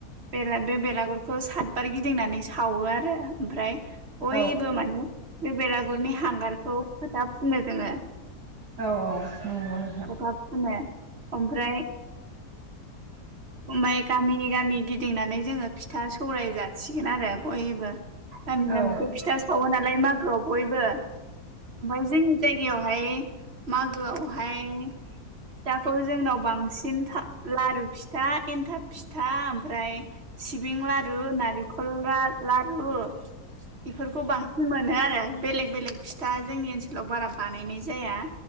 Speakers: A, on the right (about 40°); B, on the right (about 70°).
A: जेला बे बेलागुरखौ सातबार गिदिंनानै सावो आरो ओमफ्राय बयबो
B: औ
A: माने बे बेलागुरनि हांगारखौ फोथाफुनो जोङो।
B: औ औ नंगौ नोंथां
A: थाब फुनो ओमफ्राय माय गामि गामि गिदिंनानै जोङो फिथा सौराय जासिगोन आरो बय ओ गामि
B: नंगौ
A: गामिथ फिथा सावो नालाय मागोआव बयबो ओमफाय जों जायगायावहाय मागोआवहाय फिथाखौ जोंनाव बांसिन था लारु फिथा एन्थाब फिथा ओमफ्राय सिबिं लारु नारेंखल ला लारु बेफोरखौ बां मोनो आरो बेलेग बेलेग फिथा जोंनि ओनसोलाव बारा बानायनाय जाया